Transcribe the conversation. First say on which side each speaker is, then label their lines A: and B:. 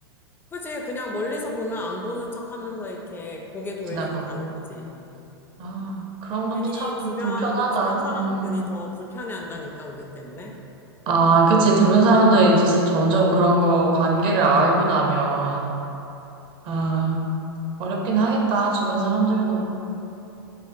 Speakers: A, on the left; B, on the right.
A: 그지? 그냥 멀리서 보면 안 보는 척 하면서 이렇게 고개 돌리고
B: 지나가고.
A: 가는 거지.
B: 아, 그런 것도
A: 괜히
B: 참
A: 주변,
B: 불편하다.
A: 주변 사람들이
B: 음.
A: 더 불편해 한다니까, 우리 때문에.
B: 아, 그치. 주변 사람들이 이제 점점 그런 거 관계를 알고 나면, 아. 어렵긴 하겠다, 주변 사람들도.